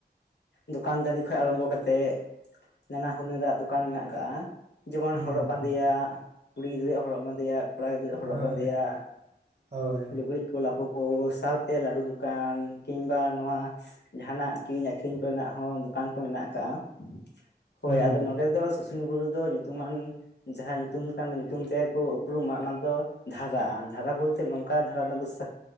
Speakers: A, on the left; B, on the right.
A: ᱫᱚᱠᱟᱱ ᱫᱟᱱᱤ ᱠᱷᱚᱱ ᱟᱨᱟᱢᱵᱷᱚ ᱠᱟᱛᱮᱜ ᱱᱟᱱᱟ ᱦᱩᱱᱟᱹᱨᱟᱜ ᱫᱚᱠᱟᱱ ᱢᱮᱱᱟᱜ ᱠᱟ‌ᱜᱼᱟ ᱡᱮᱢᱚᱱ
B: ᱦᱩᱸ
A: ᱦᱚᱨᱚᱜ ᱵᱟᱸᱫᱮᱭᱟᱜ
B: ᱦᱩᱸ
A: ᱠᱩᱲᱤ ᱜᱤᱫᱽᱨᱟᱹ ᱦᱚᱨᱚᱜ ᱵᱟᱸᱫᱮᱭᱟᱜ ᱠᱚᱲᱟ ᱜᱤᱫᱽᱨᱟᱹ ᱦᱚᱨᱚᱜ
B: ᱦᱳᱭ
A: ᱵᱟᱸᱫᱮᱭᱟ
B: ᱦᱳᱭ
A: ᱞᱩᱜᱽᱲᱤ ᱤᱡ ᱠᱚ ᱞᱟᱯᱚ ᱳ ᱥᱟᱶᱛᱮ ᱞᱟᱹᱰᱩ ᱫᱚᱠᱟᱱ ᱠᱤᱝ ᱵᱟ ᱱᱚᱣᱟ ᱡᱟᱦᱟ ᱱᱟᱜ ᱠᱤᱨᱤᱧ ᱟᱠᱷᱨᱤᱧ ᱠᱚᱨᱮ ᱱᱟᱜ ᱦᱚᱸ ᱫᱚᱠᱟᱱ ᱠᱚ ᱢᱮᱱᱟᱜ ᱟᱠᱟᱜ-ᱟ ᱦᱳᱭ
B: ᱦᱩᱸ
A: ᱟᱫᱚ ᱱᱚᱰᱮ ᱫᱚ ᱥᱩᱥᱩᱱᱤ ᱵᱩᱨᱩ ᱫᱚ ᱧᱩᱛᱩᱢ ᱟᱱ ᱡᱟᱦᱟᱸ ᱧᱩᱛᱩᱢ ᱠᱟᱱ ᱧᱩᱛᱩᱢ ᱛᱮᱠᱚ ᱩᱯᱨᱩᱢᱟ ᱚᱱᱟ ᱫᱚ ᱫᱷᱟᱨᱟ ᱫᱷᱟᱨᱟ ᱵᱚᱞᱛᱮ ᱱᱚᱝ ᱚᱠᱟ ᱫᱷᱟᱨᱟ ᱨᱮᱱᱟᱜ ᱫᱚ ᱥᱟ.